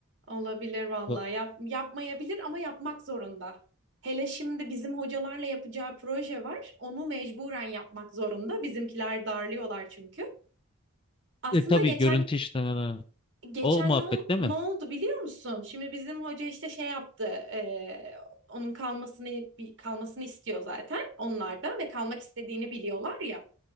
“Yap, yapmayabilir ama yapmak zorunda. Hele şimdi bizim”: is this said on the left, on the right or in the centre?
Right